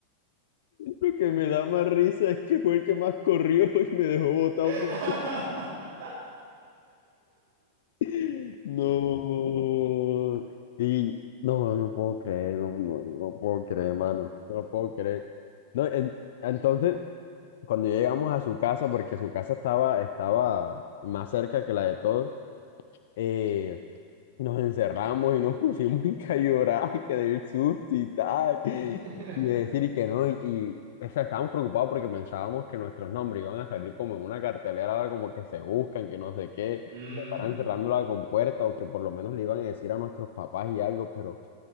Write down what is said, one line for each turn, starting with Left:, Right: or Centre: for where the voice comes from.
Left: lo que me da más risa es que fue el que más corrió y me dejó botado.
Right: <laughs>
Left: por- <laughs> No. Y no, no puedo creer, no, no, no puedo creer, mano. No puedo creer. No, en- entonces, cuando llegamos
Right: Mm.
Left: a su casa, porque su casa estaba, estaba más cerca que la de todos, eh, nos encerramos y nos <laughs> pusimos y que a llorar, que del susto y tal, y
Right: <laughs>
Left: decir y que no, y, y, o sea, estábamos preocupados porque pensábamos que nuestros nombres iban a salir como en una cartelera, ahora como que se buscan, que no sé qué, que
Right: Mm,
Left: paran cerrando la compuerta o que por lo menos le iban a decir a nuestros papás y algo, pero...